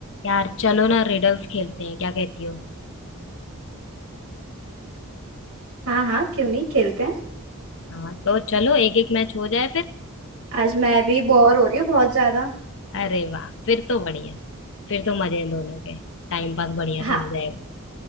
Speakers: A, on the left (about 60°); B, on the right (about 90°).
A: यार चलो ना रिडल्स खेलते हैं क्या कहती हो
B: हाँ हाँ क्यों नहीं खेलते हैं
A: हाँ तो चलो एक एक मैच हो जाए फिर
B: आज मैं भी बोर हो रही हूँ बहुत ज्यादा
A: अरे वाह फिर तो बढ़िया फिर तो मजे हैं दोनों के टाइम पास बढ़िया
B: हाँ
A: से हो जाएगा